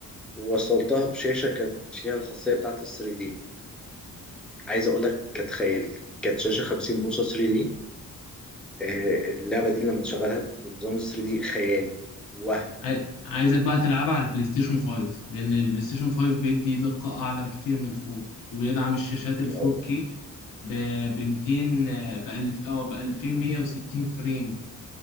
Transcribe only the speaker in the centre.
ووصلتها بشاشة كانت فيها الخاصية بتاعة ال 3 دي عايز أقول لك كانت خيال كانت شاشة 50 بوصة 3 دي آه، اللعبة دي لما تشغلها بنظام ال 3 دي خيال وهم
واو